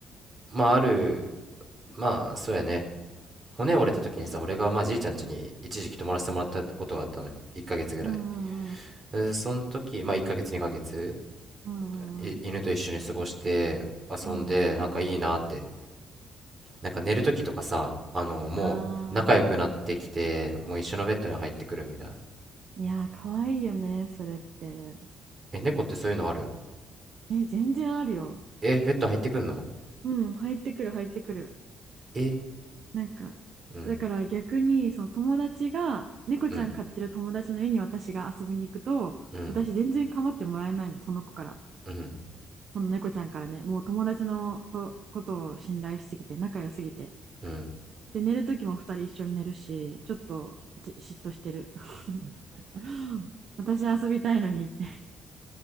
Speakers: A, on the right (about 35°); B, on the right (about 60°).
A: まあ、ある、まあ、そうやね。骨折れた時にさ俺がまあじいちゃん家に一時期泊まらせてもらったことがあったのよ1ヶ月ぐらい
B: うんうんうん。
A: でその時まあ1ヶ月2ヶ月
B: うんうんうん。
A: い犬と一緒に過ごして遊んでなんかいいなって
B: うんうん。
A: なんか寝る時とかさあのもう仲良くなってきてもう一緒のベッドに入ってくるみたいな
B: ああ。いやー、かわいいよね、それって。
A: え猫ってそういうのある
B: え、全然あるよ。
A: えベッド入ってくんの
B: うん、入ってくる、入ってくる。
A: え
B: なんかだから逆にその友達が猫ちゃん飼ってる友達の家に私が遊びに行くと私全然構ってもらえないのその子から
A: うんうんうんうん
B: この猫ちゃんからねもう友達のとことを信頼しすぎて仲良すぎて
A: うん
B: で寝る時も二人一緒に寝るしちょっと嫉妬してる <laughs> 私遊びたいのにって